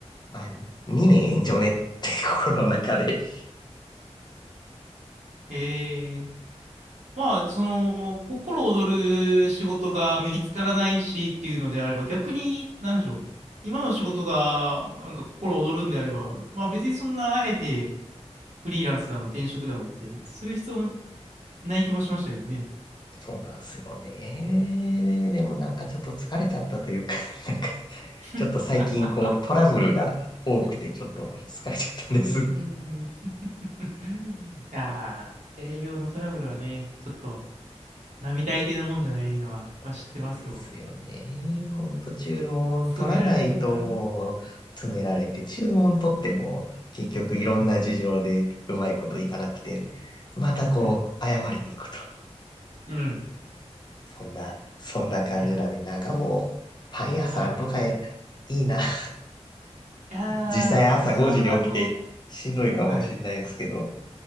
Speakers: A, on the left (about 40°); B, on the right (about 85°).
A: まあ、2年延長ねって心の中で
B: ええまあ、その、心躍る仕事が見つからないしっていうのであれば、逆に、なんでしょう。今の仕事が、なんか心躍るんであれば、まあ別にそんな、あえて、フリーランスだの、転職だのって、する必要ない気もしましたけどね。
A: そうなんですよね。でもなんかちょっと疲れちゃったというか、<laughs> なんかちょっと最近こうトラブルが多くてちょっと疲れちゃったんです。
B: <laughs> うーん。いやー、営業のトラブルはね、ちょっと並大抵のもんじゃないのは、まあ、知ってますよ。
A: なんですよね。ほんと注文取らないともう詰められて、
B: 詰められるもんな。
A: 注文取っても結局いろんな事情でうまいこといかなくて、
B: うん、
A: またこう謝りに行くと。
B: うん、うん。
A: そんな、そんな感じだね。
B: いや
A: なんかもうパン屋さんとかい
B: ー、はい。
A: いなとか
B: いやー、
A: 実際朝5時に起きてしんどいかもしれないですけど、
B: その反応。はい、